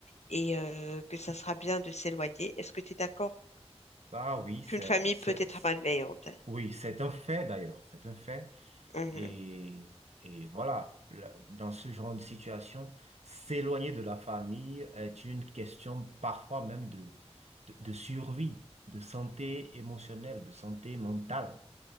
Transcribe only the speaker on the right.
Ah oui, c'est,
c'est-
Oui, c'est un fait d'ailleurs, c'est un fait.
Et, et voilà, là, dans ce genre de situation, s'éloigner de la famille est une question parfois même de, de, de survie, de santé émotionnelle, de santé mentale.